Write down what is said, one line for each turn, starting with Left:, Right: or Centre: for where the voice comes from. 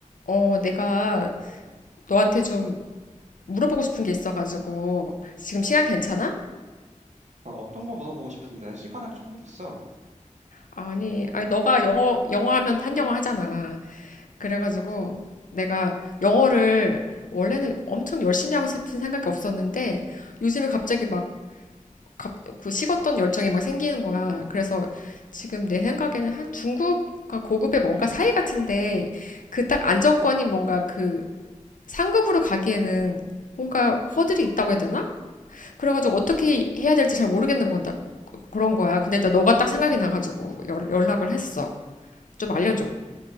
Left: 어, 내가 너한테 좀 물어보고 싶은 게 있어가지고 지금 시간 괜찮아?
Right: 어 어떤 거 물어보고 싶은데 시간은 충분히 있어.
Left: 아니, 아니 너가 영어 영어 하면 한영어 하잖아. 그래가지고 내가 영어를 원래는 엄청 열심히 하고 싶은 생각이 없었는데 요즘에 갑자기 막 갑, 그 식었던 열정이 막 생기는 거야. 그래서 지금 내 생각에는 한 중급과 고급의 뭔가 사이 같은데 그 딱 안정권인 뭔가 그 상급으로 가기에는 뭔가 허들이 있다고 해야 되나? 그래가지고 어떻게 해야 될지 잘 모르겠는 건다 그런 거야. 근데 나 너가 딱 생각이 나가지고 연- 연락을 했어. 좀 알려줘.